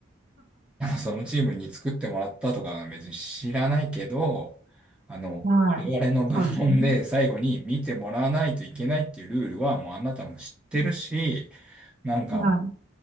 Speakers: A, in the centre; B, on the right (about 45°).
A: なんかそのチームに作ってもらったとかは別に知らないけど、あの、
B: はい。
A: 我々の部門で最後に見てもらわないといけないっていうルールはもうあなたも知ってるし、
B: そうですね。うん
A: なんか、
B: は